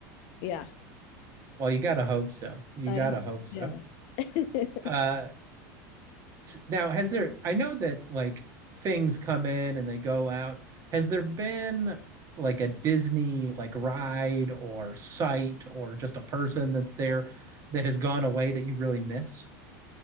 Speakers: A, on the left (about 60°); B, on the right (about 35°).
A: yeah,
B: well you gotta hope so you
A: I
B: gotta
A: hope.
B: hope so
A: Yeah. <laughs>
B: uh Now, has there, I know that like things come in and they go out. Has there been like a Disney like ride or site or just a person that's there that has gone away that you really miss?